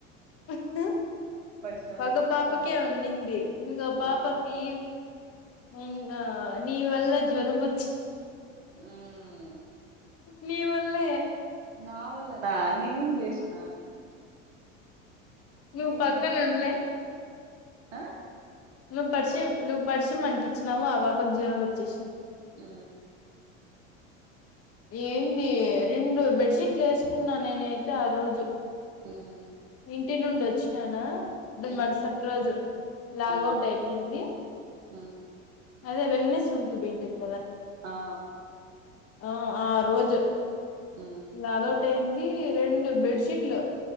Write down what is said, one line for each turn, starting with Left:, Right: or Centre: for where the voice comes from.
Left: ఒకగ
Right: పరిచయాలు ఉన్నాయి
Left: పాపకే
Right: తగ్గులు
Left: ఉండింది ఇంకా పాపకి
Right: ఆ
Left: హ నీవల్ల జ్వనం వచ్చి
Right: ఉమ్
Left: నివల్లే
Right: నావళ్లన నా నేనేం చేసిన
Left: నువ్వు
Right: నీది
Left: పక్కన
Right: <unintelligible>
Left: ఉండలే
Right: ఆ
Left: నువ్వు పరిచి నువ్వు పరిచియం అనిపించినావు. ఆ పాపకు జ్వరం వచ్చేసి
Right: ఆ
Left: ఏంది రెండు బెడ్షీట్లు వేసుకున్నా నేనైతే ఆ రోజు
Right: హ్మ్
Left: ఇంటి నుండి వచ్చిననా ఇ
Right: ఉమ్
Left: మరుసటి రోజు లాగౌట్
Right: ఉమ్
Left: అయిపోయింది.
Right: ఉమ్
Left: అదే వెల్నెస్ ఉంటు <unintelligible>
Right: ఆ ఆ
Left: ఆ ఆ రోజు
Right: ఉమ్
Left: ఇగా ఆ రోజు టైమ్ <unintelligible> రెండు బెడ్షీట్లు